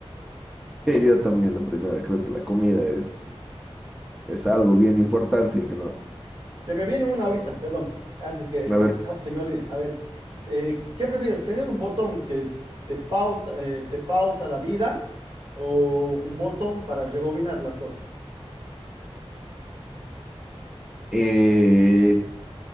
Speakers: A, in the centre; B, on the right.
A: <laughs> Yo también la primera, creo que la comida es es algo bien importante que no.
B: Se me viene una ahorita, perdón, antes que, que
A: A ver,
B: se me olvide. A ver, eh, ¿qué prefieres? ¿Tener un botón que te pausa, eh, te pausa la vida o un botón para rebobinar las cosas?
A: eh,